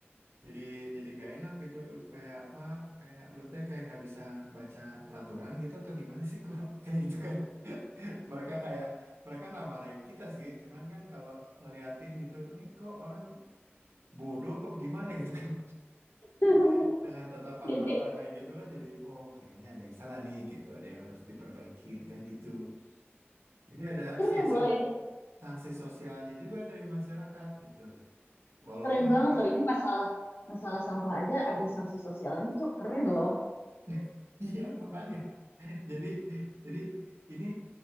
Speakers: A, on the right; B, on the left.
A: jadi jadi nggak enak gitu. Kayak apa? Kayak lu teh kayak nggak bisa baca peraturan gitu atau gimana sih kok <laughs> kayak gitu kan? mereka kayak mereka nggak marahin kita sih cuman kan kalau ngeliatin gitu nih kok orang bodoh apa gimana gitu kan
B: <laughs>
A: <laughs> dengan tatapan mata
B: Jadi
A: kayak gitu kan jadi oh kayaknya ada yang salah nih gitu ada yang harus diperbaikin kan gitu jadi ada
B: keren
A: sanksi
B: loh ini
A: sanksi sosialnya juga dari masyarakat gitu walaupun
B: keren banget loh ini masalah masalah sampah aja ada sanksi sosialnya tuh keren loh
A: <laughs> iya makanya jadi jadi ini